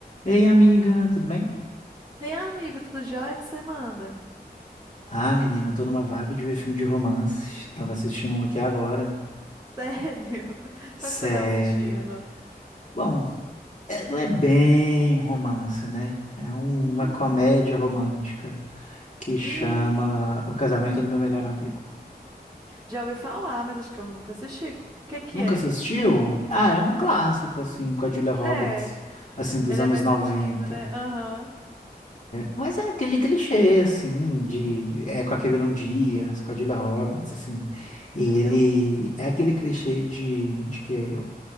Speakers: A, on the left (about 50°); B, on the right (about 25°).
A: Ei, amiga, tudo bem?
B: Ei, amigo, tudo jóia O que você manda?
A: Ah, menina, eu tô numa vibe de ver filme de romance. Tava assistindo um aqui agora.
B: Sério? <laughs>
A: Sério.
B: Qual que você tava assistindo?
A: Bom, é- não é bem um romance, né? É uma
B: Hum,
A: comédia romântica que chama
B: hum,
A: O Casamento do Meu Melhor Amigo.
B: já ouvi falar, mas acho que eu nunca assisti. O que que
A: Nunca
B: é?
A: assistiu? Ah, é um clássico,
B: Acho que não.
A: assim, com a Julia Roberts,
B: É,
A: assim, dos
B: ele
A: anos
B: é mais
A: 90.
B: antigo, né? Aham.
A: Mas é aquele clichê, assim, de... É com a Cameron Diaz, com a Julia Roberts, assim. E ele...
B: Eu.
A: É aquele clichê de, de que